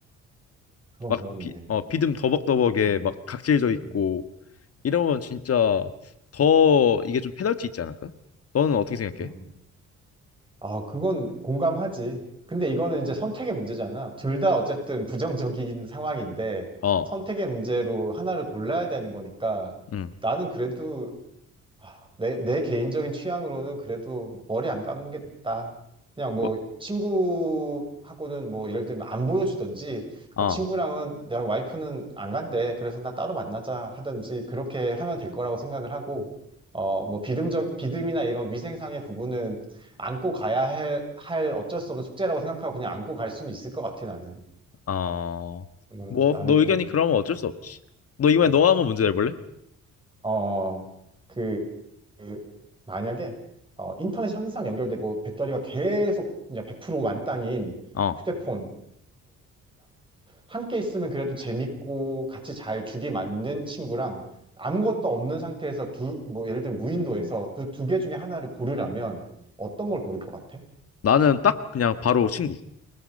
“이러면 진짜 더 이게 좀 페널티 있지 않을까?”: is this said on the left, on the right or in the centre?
Left